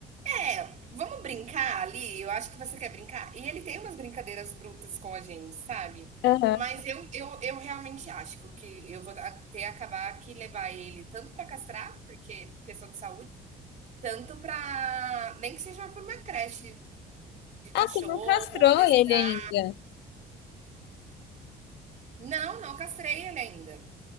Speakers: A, on the right; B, on the left.
A: É, vamos brincar ali? Eu acho que você quer brincar. E ele tem umas brincadeiras brutas com a gente, sabe?
B: aham.
A: Mas eu, eu, eu realmente acho que eu vou até acabar que levar ele tanto para castrar, porque por questão de saúde, tanto para nem que seja para uma creche de cachorro,
B: Ah, tu não castrou
A: adestrar.
B: ele ainda.
A: Não, não castrei ele ainda.